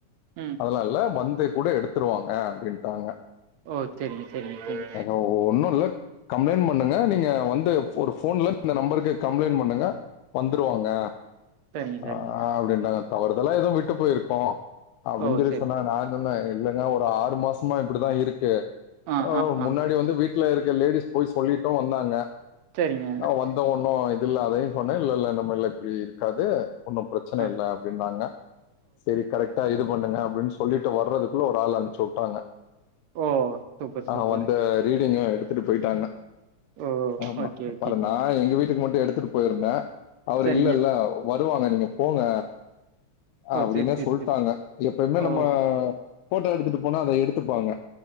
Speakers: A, on the right (about 75°); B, on the left (about 85°).
A: ம்
B: அதலா இல்ல வந்து கூட எடுத்துருவாங்க அப்டின்ட்டாங்க
A: ஓ செரிங்க செரிங்க செரி
B: ஒ ஒன்னு இல்ல கம்ப்ளைண்ட் பண் பண்ணுங்க நீங்க வந்து ஒரு ஃபோன்ல இந்த நம்பருக்கு கம்ளைண் பண்ணுங்க வந்துருவாங்க
A: சரிங்க
B: ஆ
A: சரிங்க
B: அப்டின்டாங்க தவறுதல்லா எது விட்டு போயிருக்கு அப்டின்
A: ஓ
B: சொல்லி
A: சரி
B: சொன்னாங்க நா இல்லல்ல இல்லங்க ஒரு ஆறு மாசமா இப்டிதா இருக்கு
A: ஆ
B: அ
A: ஆ
B: முன்னாடி
A: ஆ
B: வந்து வீட் வீடுல இருக்க லேடிஸு போய் சொல்லிட்டு வந்தாங்க
A: சரிங்க
B: அ வந் ஒன்னு இது இல்ல அதையு சொன்னே இல்லல்ல நம்மல்ல இப்டி இருக்காது ஒண்ணு பிரச்சன
A: ஆ
B: இல்ல அப்டின்னாங்க சரி கரெக்ட்டா இது பண்ணுங்க அப்டின் சொ சொல்லிட்டு வர்றதுக்குள்ள ஒரு ஆள் அன்ப்ச்சு விட்டாங்க
A: ஓ சூப்பர்
B: அ
A: சூப்பரு
B: வந்த ரீடிங்கு எடு த்துட்டு போயிட்டாங்க
A: ஓ
B: ஆமா
A: ஓகே
B: அப்பறோ
A: ஓகே
B: நா எங்க வீட் டுக்கு மட்டு எடுத்துட்டு போயிருந்தே அவர்
A: சரிங்க
B: இல்லல்ல வருவாங்க நீங்க போங்க
A: ஓ
B: அப்டின்னே
A: சரி சரி
B: சொல்ட்டாங்க
A: சரி
B: எப்பயுமே
A: ஓ
B: நம்ம போட்டோ எடுத்துட்டு போனா அத எடுத்துப்பாங்க